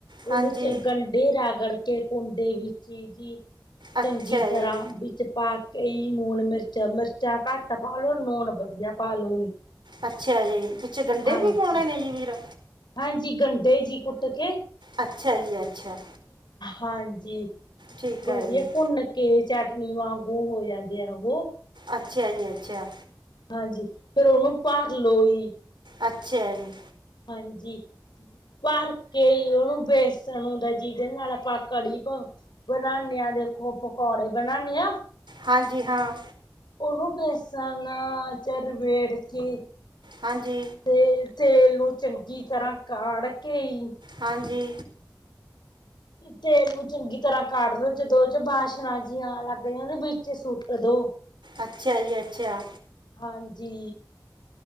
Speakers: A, on the left (about 75°); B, on the right (about 85°).
A: ਉਹਨੂੰ
B: ਹਾਂਜੀ
A: ਚ ਗੰ ਡੇ ਰਗੜ ਕੇ ਕੁੰਡੇ ਵਿੱਚ ਜੀ
B: ਅੱਛਾ
A: ਚੰਗੀ ਤਰਾਂ,
B: ਜੀ
A: ਵਿੱਚ ਪਾ ਤੇ ਜੀ ਨੂਨ ਮਿਰਚਾਂ- ਮਿਰਚਾਂ ਘੱਟ ਪਾ ਲੋ ਲੂਣ ਵਧੀਆ ਪਾਲੋ ਜੀ।
B: ਅੱਛਾ ਜੀ, ਵਿੱਚ ਗੰਡੇ
A: ਹਾਂਜੀ
B: ਵੀ ਪਾਉਣੇ ਨੇ ਜੀ ਵੀਰ
A: ਹਾਂਜੀ ਗੰਡੇ ਜੀ ਕੁੱਟ ਕੇ
B: ਅੱਛਾ ਜੀ ਅੱਛਾ।
A: ਹਾਂਜੀ,
B: ਠੀਕ
A: ਵਧੀਆ
B: ਹੈ ਜੀ
A: ਭੁੰਨ ਕੇ, ਚਟਨੀ ਵਾਂਗੂ ਹੋ ਜਾਂਦੇ ਆ ਉਹ
B: ਅੱਛਾ ਜੀ ਅੱਛਾ।
A: ਹਾਂਜੀ, ਫਿਰ ਉਹਨੂੰ ਭਰ ਲਓ ਜੀ।
B: ਅੱਛਾ ਜੀ।
A: ਹਾਂਜੀ। ਭਰ ਕੇ ਜੀ ਉਹਨੂੰ ਬੇਸਣ ਹੁੰਦਾ ਜਿਹਦੇ ਆਪਾਂ ਕੜੀ ਬਾ ਬਣਾਨੇ ਆ ਦੇਖੋਂ, ਪਕੌੜੇ ਬਣਾਨੇ ਆ।
B: ਹਾਂਜੀ ਹਾਂ।
A: ਉਹਨੂੰ ਬੇਸਣ ਚ ਲਬੇੜ ਕੇ
B: ਹਾਂਜੀ।
A: ਤੇ ਤੇਲ ਨੂੰ ਚੰਗੀ ਤਰਾਂ ਕਾੜ ਕੇ ਹੀ
B: ਹਾਂਜੀ
A: ਤੇਲ ਨੂੰ ਚੰਗੀ ਤਰਾਂ ਕਾਢ ਲੋੋ ਜਦੋ ਉਹ ਚੋ ਬਾਸ਼ਣਾ ਜਿ ਆਣ ਲੱਗ ਜੇ ਨਾ ਵਿੱਚ ਸੁੱਟ ਦੋ।
B: ਅੱਛਾ ਜੀ ਅੱਛਾ।
A: ਹਾਂਜੀ।